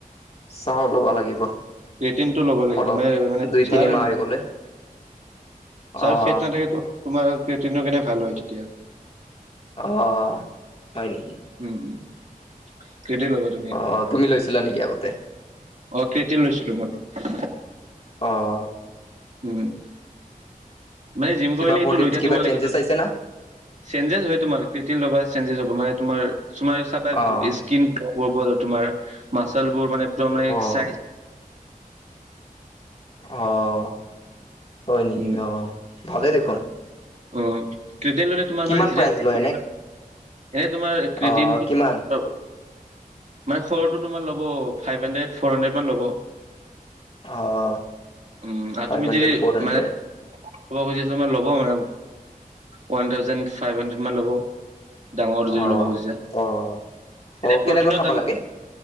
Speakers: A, on the left; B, on the right.
A: চাওঁ ল'বা লাগিব।
B: এটিএম টো ল'ব লাগিব
A: অলপ
B: তোমাৰ মানে
A: দুই
B: চাই।
A: তিনি মাহ হৈ গ'লে
B: ছাৰ
A: অ',
B: ফেট নাথাকে তোমাৰ এটিএমৰ কাৰণে ভাল হয় তেতিয়া।
A: অ' অ'। হয় নেকি।
B: উম উম সেইটোৱে ল'ব লাগিব।
A: অ' তুমি লৈছিলা নেকি আগতে।
B: অ' ক্ৰেটিন লৈছিলো মই।
A: অ'।
B: উম মানে জিম
A: কিবা
B: কৰিলে
A: বডিত
B: এইটো লৈ থাকিব
A: কিবা
B: লাগিব
A: চেঞ্জেছ
B: না।
A: আহিছে
B: চেঞ্জছ হৈ তোমাৰ কৃটিন লবা চেঞ্জেছ হব মানে তোমাৰ কিছুমান হিচাপে।
A: অ'।
B: কিন্তু ওপৰত ওপৰ যে তোমাৰ মাচাল বোৰ মানে একমে মানে
A: অ',
B: চাই
A: অ' হয় নেকি
B: উম
A: অ' ভালেই দেখোন।
B: অ' ক্ৰিটিন ললে তোমাৰ
A: কিমান
B: মানে যেতিয়া
A: প্ৰাইজ
B: জিম
A: লয় এনে?
B: কৰিবা। এই তোমাৰ ক্ৰিটিনতো
A: অ', কিমান?
B: কি বাও। মানে সৰুটো তোমাৰ ল'ব ফাইভ হাণ্ড্ৰে ফৰ হাণ্ড্ৰে মান ল'ব।
A: অ',
B: উম আৰু
A: ফাইভ
B: তুমি
A: হাণ্ড্ৰেড,
B: যদি
A: ফ'ৰ হাণ্ড্ৰেড।
B: মানে। ল'ব খুজিছ মানে ল'ব ওৱান হাণ্ড্ৰে ফাইভ হাণ্ড্ৰে মান ল'ব ডাঙৰ যদি
A: অ'।
B: ল'ব খুজিছা এনে
A: অ'। অ', কেনেকৈ
B: প্ৰটিনৰ
A: খাব
B: দাম।
A: লাগে?